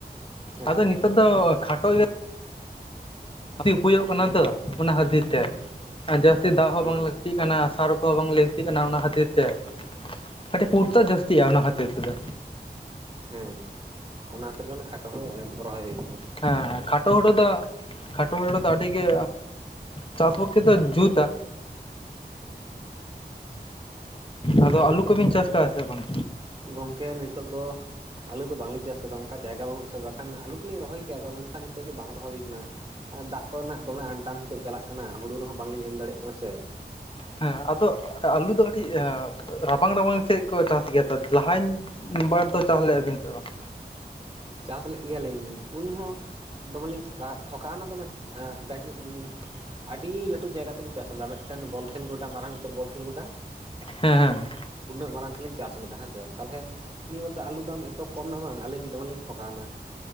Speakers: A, on the right; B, on the left.
A: ᱦᱮᱸᱥᱮ
B: ᱟᱫᱚ ᱱᱤᱛᱚᱜ ᱫᱚ ᱠᱷᱟᱴᱚ ᱜᱮᱼᱼ ᱩᱯᱟᱹᱭᱚᱜ ᱠᱟᱱᱟ ᱛᱚ ᱚᱱᱟ ᱠᱷᱟᱹᱛᱤᱨ ᱛᱮ ᱟᱨ ᱡᱟᱹᱥᱛᱤ ᱫᱟᱜ ᱦᱚᱸ
A: ᱦᱩᱸ
B: ᱵᱟᱝ ᱞᱟᱜᱟᱼᱼ ᱞᱟᱹᱠᱛᱤᱜ ᱠᱟᱱᱟ, ᱥᱟᱨ ᱠᱚᱦᱚ ᱵᱟᱝ ᱞᱟᱹᱠᱛᱤᱜ ᱠᱟᱱᱟ ᱚᱱᱟ ᱠᱷᱟᱹᱛᱤᱨ ᱛᱮ ᱠᱟᱹᱴᱤᱡ
A: ᱦᱳᱭ
B: ᱯᱩᱨᱛᱟᱹ ᱡᱟᱹᱥᱛᱤ ᱡᱟᱹᱥᱛᱤᱜᱼᱟ ᱚᱱᱟ ᱠᱷᱟᱹᱛᱤᱨ ᱛᱮᱫᱚ᱾
A: ᱦᱮᱸ ᱚᱱᱟ ᱠᱷᱟᱹᱛᱤᱨ ᱜᱮ ᱚᱱᱟ ᱠᱷᱟᱴᱚ ᱦᱩᱸᱲᱩ ᱮᱻ ᱠᱚᱨᱟᱣ ᱦᱩᱭᱩᱜᱼᱟ᱾
B: ᱦᱮᱸ ᱠᱷᱟᱴᱚ ᱦᱩᱸᱲᱩ ᱫᱚ ᱠᱷᱟᱴᱚ ᱦᱩᱸᱲᱩ ᱫᱚ ᱟᱹᱰᱤᱜᱮ ᱪᱟᱥ ᱯᱚᱠᱠᱷᱮ ᱫᱚ ᱡᱩᱛᱟ ᱟᱫᱚ
A: ᱟᱪᱪᱷᱟ ᱜᱚᱝᱠᱮ
B: ᱟᱞᱩ ᱠᱚᱵᱤᱱ ᱪᱟᱥ ᱠᱟᱜᱼᱟ ᱥᱮ ᱵᱟᱝ?
A: ᱜᱚᱝᱠᱮ ᱱᱤᱛᱚᱜ ᱫᱚ ᱟᱞᱩ ᱫᱚ ᱵᱟᱝᱞᱮ ᱪᱟᱥ ᱟᱠᱟᱫᱟ ᱚᱱᱠᱟ ᱡᱟᱭᱜᱟ ᱟᱞᱩ ᱫᱚ ᱵᱟᱝ ᱞᱤᱧ ᱪᱟᱥ ᱠᱟᱫᱟ ᱚᱱᱠᱟ ᱡᱟᱭᱜᱟ ᱵᱟᱹᱱᱩᱜ ᱥᱮ ᱵᱟᱠᱷᱟᱱ ᱟᱞᱩ ᱠᱚᱞᱤᱧ ᱨᱚᱦᱚᱭ ᱠᱮᱭᱟ ᱟᱫᱚ ᱢᱮᱱᱠᱷᱟᱱ ᱱᱤᱛᱚᱜ ᱫᱚ ᱵᱟᱝ ᱨᱚᱦᱚᱭ ᱦᱩᱭ ᱟᱠᱟᱱᱟ ᱟᱨ ᱫᱟᱜ ᱠᱚᱨᱮ ᱱᱟᱜ ᱫᱚᱢᱮ ᱟᱱᱴᱟᱱ ᱱᱤᱛᱚᱜ ᱪᱟᱞᱟᱜ ᱠᱟᱱᱟ ᱦᱩᱸᱲᱩ ᱨᱮᱦᱚᱸ ᱵᱟᱝᱞᱤᱧ ᱮᱢ ᱫᱟᱲᱮᱜ ᱠᱟᱱᱟ ᱥᱮ᱾
B: ᱦᱮᱸ ᱟᱫᱚ ᱟᱞᱩ ᱫᱚ ᱠᱟᱹᱴᱤᱡ ᱨᱟᱵᱟᱝ ᱨᱟᱵᱟᱝ ᱥᱮᱫ ᱠᱚ ᱪᱟᱥ ᱜᱮᱭᱟ ᱛᱚ? ᱞᱟᱦᱟᱧᱼᱼ ᱵᱟᱨ ᱫᱚ ᱪᱟᱥ ᱞᱮᱟᱹᱵᱤᱱ ᱥᱮ ᱵᱟᱝ?
A: ᱪᱟᱥ ᱞᱮᱫ ᱜᱮᱭᱟ ᱞᱤᱧ ᱩᱱᱦᱚᱸ ᱫᱚᱢᱮ ᱞᱤᱧ ᱴᱷᱚᱠᱟ ᱴᱷᱚᱠᱟ ᱣᱱᱟ ᱫᱚᱢᱮ ᱜᱟᱡᱮ ᱩᱻ ᱟᱹᱰᱤ ᱞᱟᱹᱴᱩ ᱡᱟᱭᱜᱟ ᱛᱮᱞᱤᱧ ᱪᱟᱥ ᱞᱮᱫᱟ ᱢᱤᱫᱴᱮᱱ ᱵᱚᱞ ᱠᱷᱮᱞ ᱜᱚᱸᱰᱟ ᱢᱟᱨᱟᱝ ᱩᱛᱟᱹᱨ ᱵᱚᱞ ᱠᱷᱮᱞ ᱜᱚᱸᱰᱟ᱾
B: ᱦᱮᱸᱻ
A: ᱩᱱᱟᱹᱜ ᱢᱟᱨᱟᱝ ᱛᱮᱞᱤᱧ ᱪᱟᱥ ᱞᱮᱫᱟ ᱦᱮᱸᱥᱮ, ᱛᱟᱞᱦᱮ ᱱᱤᱭᱟᱹ ᱵᱟᱨ ᱫᱚ ᱟᱞᱩ ᱫᱟᱢ ᱮᱛᱚ ᱠᱚᱢ ᱱᱟ ᱵᱟᱝ ᱟᱹᱞᱤᱧ ᱫᱚᱢᱮ ᱞᱤᱧᱼᱼ ᱴᱷᱚᱠᱟᱣ ᱱᱟ᱾